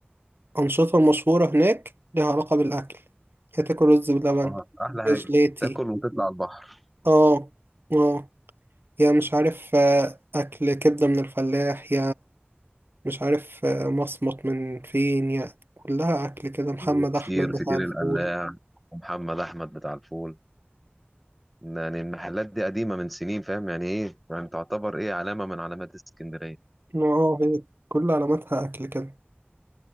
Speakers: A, on the right; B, in the centre.
A: الأنشطة المشهورة هناك ليها علاقة بالأكل يا تاكل رز بلبن
B: آه. احلى حاجة
A: يا جلاتي
B: تاكل وتطلع البحر
A: اه اه يا مش عارف آه، أكل كبدة من الفلاح مش عارف آه، مصمت من فين يعني كلها أكل كده محمد
B: في فطير
A: أحمد
B: فطير
A: بتاع الفول
B: القلاع ومحمد احمد بتاع الفول يعني المحلات دي قديمة من سنين فاهم يعني ايه يعني تعتبر ايه علامة من علامات اسكندرية
A: اه هي كل علاماتها أكل كده